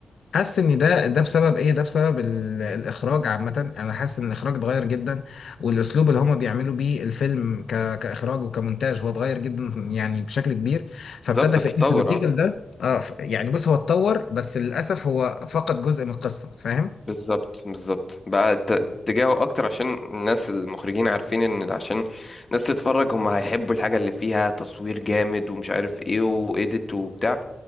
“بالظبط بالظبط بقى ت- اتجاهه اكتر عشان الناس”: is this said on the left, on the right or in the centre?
Left